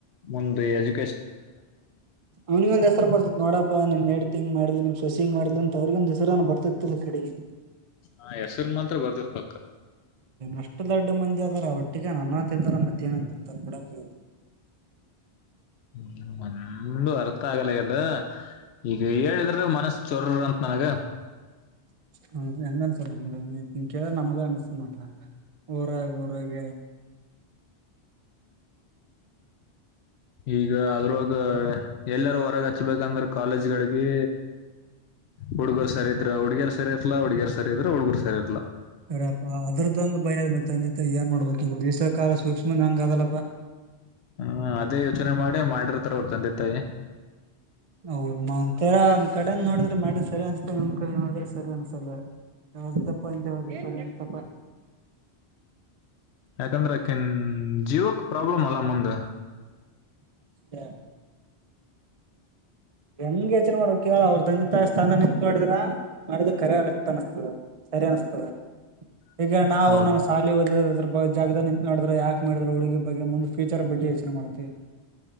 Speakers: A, on the left; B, on the right.
A: ಮುಂದ ಎಜು
B: ಅವನಿಗೆ ಒಂದ್ ಹೆಸರು ಬರ್ತತ್ ನೋಡಪ್ಪನ್ ಹೇಡ್ತ ಮಾಡಲಲಿಮ್ ಸೊಸಿಂಗ್ ಮಾಡ್ಲ ಅಂತ ಅವ್ರಗಂದ ಹೆಸರನು ಬರ್ತತ್ತತಿಲ್ಲ ಕಡೆಗೆ
A: ಹಾ ಹೆಸರು ಮಾತ್ರ ಬರ್ದದ ಪಕ್ಕ
B: ಅಷ್ಟು ದೊಡ್ಡ ಮಂದಿ ಆದದಾರ ಒಟ್ಟಿಿಗೆ ನನ್ನ ಅ ತಿಂತಾರ ಮತ್ತೆ ಏನ ಅಂತ ತಿಂತಾರೆ ಬಿಡದು
A: ಹ್ಮ ಏನು ಅರ್ಥ ಆಗಲಗದ ಈಗ ಹೇಳಿದ್ರೆ ಮನಸ್ಸ ಚೊರ್ರ ಅಂತ ಹಾಗ
B: ಹ ಹೆಂಗ ಅನ್ಸಲ್ಲ ನ ಕೇಳ ನಮ್ಗ ಅನ್ಸ್ತನ್ ನಟ ಊರಾಗ ಊರಾಗ
A: ಈಗ ಅದ್ರೊಗ ಎಲ್ಲರೂ ಹೊರಗೆ ಹಚ್ಬೇಕಂದ್ರೆ ಕಾಲೇಜ್ಗಳಿಗೆ ಹುಡ್ಗರು ಸರ ಇದ್ರ ಹುಡುಗ ಸರಿಇರಲ ಹುಡುಗರ್ ಸರ ಇದ್ರರು ಹುಡ್ಗರು ಸರಿ ಇರಳ
B: ಕರಪ್ಪಾ ಅದ್ರದ್ದೊಂದಂದು ಭಯ ಆದ ಮತ್ತ ತಂದೆ ತಾಯ ಏನ್ ನೋಡ್ಬೇಕು ಈಗ ಬೀಸ ಕಾಲ ಸೂಕ್ಷ್ಮ ಹಂಗ ಅದಲ್ಲಪ್ಪ
A: ಹ್ಮ ಅದೇ ಯೋಚನೆ ಮಾಡಿ ಮಾಡಿರರ್ತಾರ ಅವ್ರ ತಂದೆ ತಾಯಿ
B: ಅವ್ರ ಒ ತರ ಒಂದ್ ಕಡೆ ನೋಡಿದ್ರೆ ಮಾಡ್ರ ಸರಿ ಅನ್ಸ್ತಲ್ಲ ನ್ ಕಡೆ ನೋಡ್ರ ಸರಿ ಅನ್ಸಲ್ಲ ಹೌದು ತಪ್ಪ ಅಂಂತ ಸರಿ ತಪ್ಪ
A: ಯಾಕಂದ್ರೆ ಅಕನ್ ಜೀವಕ್ ಪ್ರಾಬ್ಲಮ್ ಅಲ್ಲ ಮುಂದ
B: <inaudible> ಹೆಂಗ ಯಚನೆ ಮಾಡ್ಬೇಕೇಳ ಅವ್ರ್ ತಂದಿ ತ ಸ್ಥಾನ ನಿಂತದ್ರ ಮಾಡಿದ ಕರೆ ಅಷ್ಟ ಅನ್ನ್ತದೆ ಸರಿ ನಸ್ತದ
A: <unintelligible>
B: ಈಗ ನಾವು
A: ಹೌದು
B: ನಮ್ಮ್ ಶಾಲಿ ಓದಿದ ಅದ್ರ ಜಾಗದದಲ್ಲಿ ಮಾಡಿದ್ರೆ ಯಾಕೆ ಮಾಡಿದ್ರೆ ಹಡುಿ ಬಗ್ಗೆ ಮುಂದ ಫ್ಯೂಚರ್ ಬಗ್ಗೆ ಯೋಚನೆ ಮಾಡತತಿವಿ